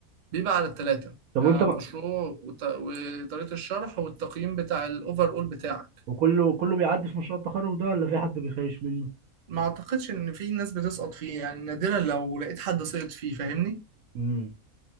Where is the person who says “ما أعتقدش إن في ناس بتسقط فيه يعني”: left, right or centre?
Right